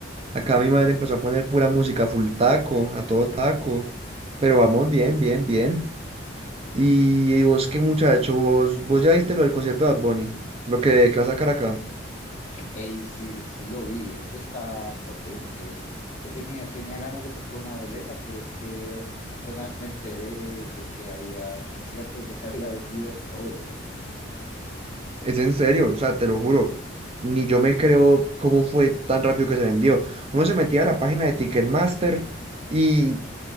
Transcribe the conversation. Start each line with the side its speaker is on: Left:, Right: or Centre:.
Right: acá mi madre empezó a poner pura música full taco, a todo taco. Pero vamos bien, bien, bien. Y vos qué muchacho, vos, vos ya viste lo del concierto de Bad Bunny, lo que, que va a sacar acá.
Left: Hey, sí, sí lo vi, eso está potente. Eh, tenía, tenía ganas de comprar una boleta, pero es que apenas me enteré de que había conciertos, ya se había vendido todo.
Right: Es en serio, o sea, te lo juro. Ni yo me creo cómo fue tan rápido que se vendió. Uno se metía a la página de Ticketmaster y